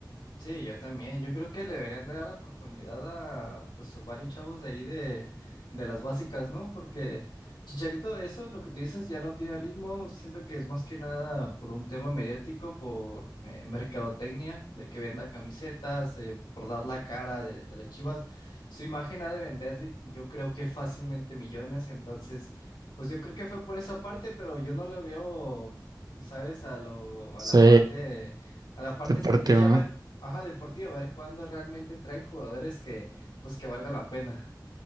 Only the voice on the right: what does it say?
Sí,
Deporte
o no.